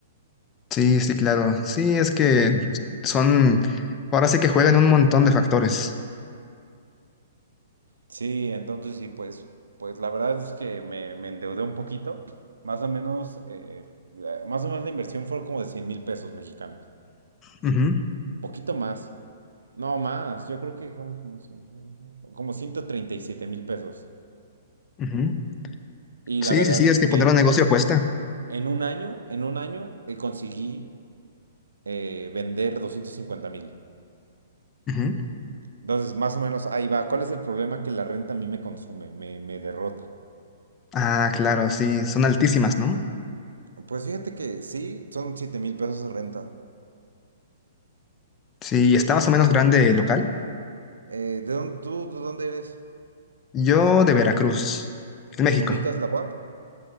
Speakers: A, on the left; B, on the right.
A: Sí, sí, claro. Sí, es que son, ahora sí que juegan un montón de factores.
B: Sí, entonces sí, pues, pues la verdad es que me, me endeudé un poquito. Más o menos, eh, la- más o menos la inversión fue como de cien mil pesos mexicanos.
A: Ujú,
B: Poquito más. No más, yo creo que fueron como 50, como ciento treinta y siete mil pesos.
A: ujú.
B: Y
A: Sí,
B: la verdad
A: sí, sí, es
B: es
A: que
B: que
A: poner un negocio cuesta.
B: en un año, en un año eh, conseguí eh, vender doscientos cincuenta mil.
A: Ujú.
B: Entonces, más o menos ahí va. ¿Cuál es el problema? Que la renta a mí me consume, me, me derrota.
A: Ah, claro, sí, son altísimas, ¿no?
B: Pues fíjate que sí, son siete mil pesos de renta.
A: Sí, está más o menos grande el local.
B: Eh, ¿de dónde, tú, de dónde eres?
A: Yo de Veracruz, de México.
B: Eh, ¿ubicas la UAP?